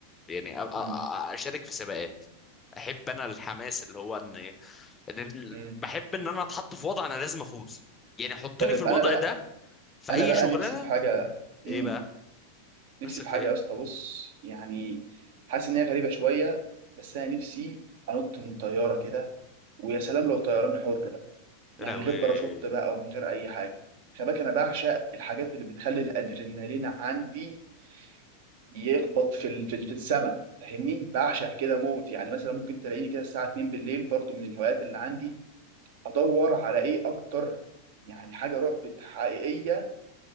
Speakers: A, on the left; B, on the right.
A: يعني أ- أ- أ-
B: مم.
A: اشارك في سباقات احب انا الحماس اللي هو ان إن ال-
B: مم.
A: بحب ان انا اتحط في وضع انا لازم افوز يعني حطني
B: طيب
A: في الوضع
B: انا بقى
A: ده في
B: انا
A: اي
B: بقى
A: شغلانه
B: نفسي في حاجه مم.
A: ايه بقى
B: نفسي
A: نفسك
B: في حاجه
A: في ايه
B: يا اسطى بص يعني حاسس ان هي غريبه شويه بس انا نفسي انط من طياره كده ويا سلام لو طيران حر بقى
A: يا
B: يعني
A: لهوي
B: من غير باراشوت بقى ومن غير اي حاجه خلي بالك انا بعشق الحاجات اللي بتخلي الادرينالين عندي يخبط في ال- في ال- في السما فاهمني بعشق كده موت يعني مثلا ممكن تلاقيني كده الساعه 2 بالليل برضو من الهوايات اللي عندي ادور على ايه اكتر يعني حاجه رعب حقيقيه